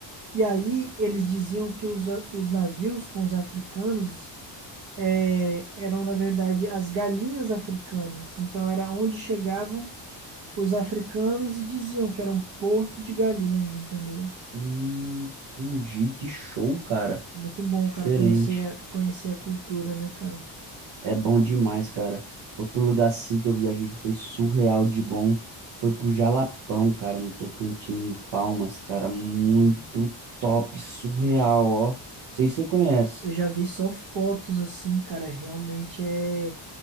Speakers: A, on the right (about 50°); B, on the right (about 75°).
A: E aí eles diziam que os, a- os navios com os africanos é, eram, na verdade, as galinhas africanas. Então era onde chegavam os africanos e diziam que era um porto de galinhas, entendeu?
B: Hum, entendi. Que show, cara.
A: Muito bom,
B: Diferente.
A: cara, conhecer, conhecer a cultura, né, cara?
B: É bom demais, cara. Outro lugar assim que eu viajei que foi surreal de bom foi pro Jalapão, cara, no Tocantins, em Palmas, cara. Muito
A: Hum.
B: top, surreal, ó. Não sei se você conhece.
A: Eu já vi só fotos assim, cara. Realmente é.